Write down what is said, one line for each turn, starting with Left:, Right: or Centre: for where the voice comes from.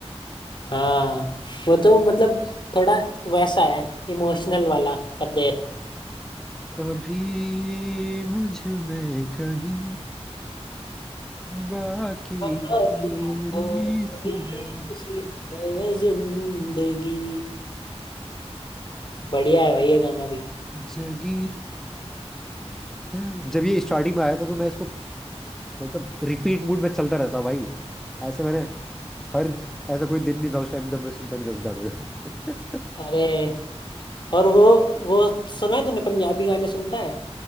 Left: हाँ वो तो मतलब थोड़ा वैसा है इमोशनल वाला कर दे
Centre: अभी मुझ में कहीं बाकी
Left: <laughs> बला
Centre: थोड़ी
Left: की थोड़ी
Centre: सी है
Left: सी है जिंदगी बढ़िया है भाई ये गाना भी
Centre: जगी जब ये स्टार्टिंग में आया था तो मैं इसको मतलब रिपीट मूड में चलता रहता भाई ऐसे मैंने हर ऐसा कोई दिन नहीं था उस टाइम जब मैं सुनता नहीं था इस गाने को <laughs>
Left: अरे और वो वो सुना है तूने पंजाबी गाने सुनता है